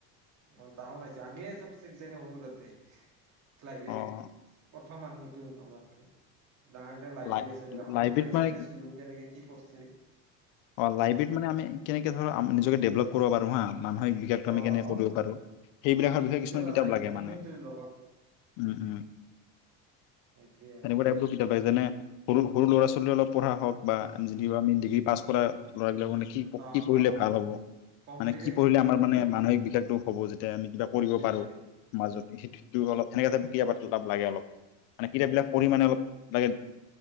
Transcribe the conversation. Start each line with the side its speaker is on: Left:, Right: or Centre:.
Right: ম তাহ নাইছে আমি চব চেসৰুকিজানি হৰু তাতে <unintelligible> লাইব্ৰেৰী
Left: অ',
Right: প্ৰথম আৰু নতুন আমাৰতো ডাঙ ডাঙ লাইবেৰ
Left: লাই
Right: আছে এখনৰ
Left: লাইব্ৰেৰীত
Right: পৰা এক্সপিৰেঞ্ছ
Left: মানে
Right: লোক এনেকে কি কৰছে
Left: অ লাইব্ৰেৰীত মানে আমি কেনেকে ধৰ নিজকে ডেভলপ কৰিব পাৰো হা মানসিক বিকাশটো আমি
Right: অ
Left: কেনেক
Right: অ
Left: কৰিব পাৰো সেইবিলাকৰ বিষয়ে
Right: নিজৰ
Left: কিছুমান কিতাপ
Right: আৰু
Left: লাগে
Right: কমিউনিটিৰ
Left: মানে
Right: লগত
Left: উম উম
Right: সেইটোৱে আৰু।
Left: তেনেকুৱা টাইপো কিতাপ লাগে যেনে সৰু সৰু ল'ৰা ছোৱালীয়ে অলপ পঢ়া হওক বা যি আমি ডিগ্ৰী পাছঁ কৰা লৰাবই নে <unintelligible> কি
Right: অ
Left: কি পঢ়িলে
Right: অ
Left: ভাল হ'ব
Right: কম্পিটিভ
Left: মানে কি
Right: এক্জামলৈকে
Left: পঢ়িলে আমাৰ মানে মানসিক বিকাশতটো
Right: উম
Left: হ'ব যেতিয়া আমি কিবা কৰিব
Right: সেইটাই
Left: পাৰো
Right: উম
Left: মাজত
Right: উম
Left: সেইটো সেইটো অলপ সেনেকা <unintelligible> কেতিয়াবা তাপ লাগে অলপ মানে কিতাপবিলাক
Right: সেইটাই
Left: পঢ়ি মানে অলপ লাগে